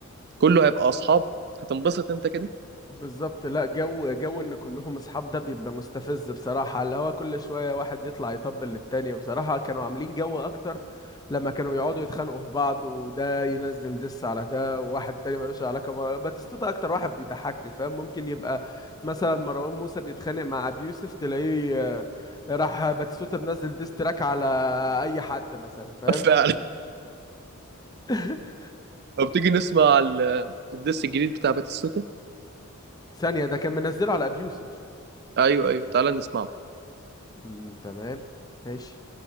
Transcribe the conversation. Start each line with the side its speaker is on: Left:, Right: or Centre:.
Right: كله هيبقى اصحاب هتنبسط انت كده
Left: بالظبط لا جو جو ان كلهم اصحاب ده بيبقى مستفز بصراحة اللي هو كل شوية واحد يطلع يطبل للتاني وبصراحة كانوا عاملين جو اكتر لما كانوا يقعدوا يتخانقوا في بعض وده ينزل دس على ده وواحد تاني ملوش علاقة ما- باتيستوتا اكتر واحد بيضحكني فاهم ممكن يبقى مثلا مروان موسى بيتخانق مع ابي يوسف تلاقيه آه، راح باتيستوتا منزل ديس تراك على اي حد مثلا فاهم
Right: <laughs> فعلا
Left: <laughs>
Right: طب تيجي نسمع ال- الدس الجديد بتاع باتيستوتا
Left: ثانية ده كان منزله على ابي يوسف
Right: ايوه ايوه تعالى نسمعه
Left: مم، تمام ماشي